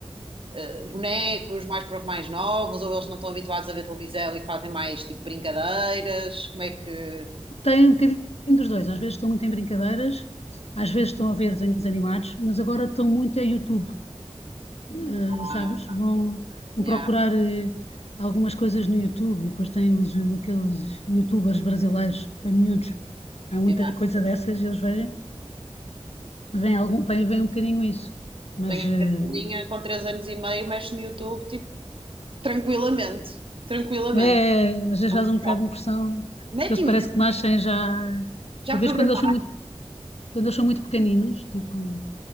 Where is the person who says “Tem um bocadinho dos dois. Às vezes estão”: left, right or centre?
Left